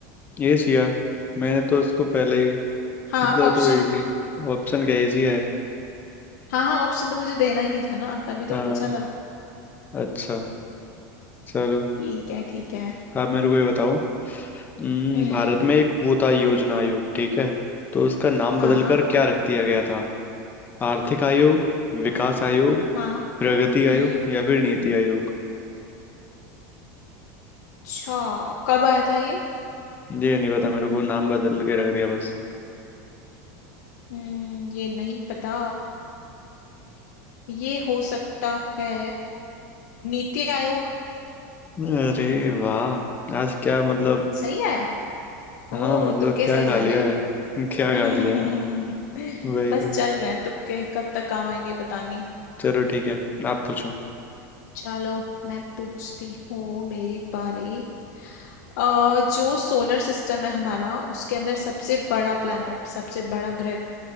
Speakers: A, on the left (about 20°); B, on the left (about 75°).
A: एशिया मैंने तो इसको पहले ही
B: हाँ
A: मतलब ये
B: ऑप्शन
A: तो इजी ऑप्शन क्या एशिया है
B: हाँ हाँ ऑप्शन तो मुझे देना ही नहीं था ना तभी तो
A: हाँ
B: पूछा था
A: अच्छा चलो
B: ठीक है ठीक है
A: आप मेरे को ये बताओ हम्म,
B: हम्म
A: भारत में एक वो था योजना आयोग ठीक है तो उसका नाम
B: हाँ
A: बदलकर क्या रख दिया गया था आर्थिक आयोग विकास आयोग
B: हाँ
A: प्रगति
B: हम्म
A: आयोग या फिर नीति आयोग
B: अच्छा कब आया था ये
A: ये नहीं पता मेरे को नाम बदल के रख दिया बस
B: हम्म ये नहीं पता ये हो सकता है नीति आयोग
A: अरे वाह आज क्या मतलब
B: सही है
A: हाँ
B: ओ
A: मतलब
B: तुक्के
A: क्या
B: सही
A: खा
B: जा
A: लिया
B: रहे
A: है <laughs>
B: हैं
A: क्या
B: <laughs>
A: खा लिया है वही
B: बस
A: तो
B: चल रहे हैं तुक्के कब तक काम आएंगे पता नहीं
A: चलो ठीक है आप पूछो
B: चलो मैं पूछती हूँ मेरी बारी अ जो सोलर सिस्टम है हमारा उसके अंदर सबसे बड़ा प्लैनेट सबसे बड़ा ग्रह